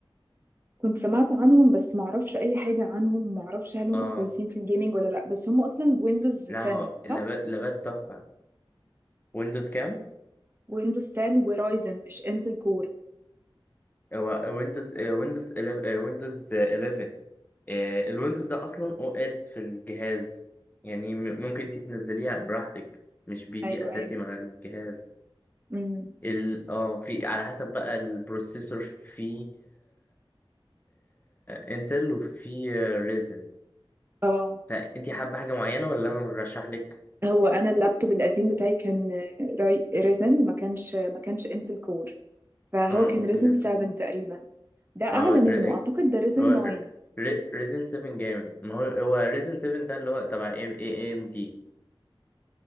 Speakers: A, on the right; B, on the left.
A: كنت سمعت عنهم بس ما اعرفش اي حاجه عنهم ما اعرفش هل هم
B: اه
A: كويسين في الجيمنج ولا لا بس هم اصلا ويندوز
B: لا
A: 10
B: هو
A: صح
B: لابات لابات تحفه ويندوز كام
A: ويندوز 10 ورايزن مش انتل كور
B: هو ويندوز آه، ويندوز 11 آه، ويندوز 11 آه، الويندوز ده اصلا او اس في الجهاز يعني م- ممكن تتنزليه براحتك مش بيجي
A: ايوه
B: اساسي
A: ايوه
B: مع الجهاز
A: امم
B: ال اه في على حسب بقى البروسيسور في انتل وفي ريزن
A: اه
B: فانت حابه حاجه معينه ولا انا ارشح لك
A: هو انا اللابتوب القديم بتاعي كان راي ريزن ما كانش ما كانش انتل كور فهو
B: اه
A: كان
B: اوكي
A: ريزن 7 تقريبا ده اعلى
B: اه
A: منه
B: ر-
A: اعتقد ده ريزن
B: هو
A: 9
B: ريزن 7 جامد ما هو هو ريزن 7 ده اللي هو تبع ام اي ام دي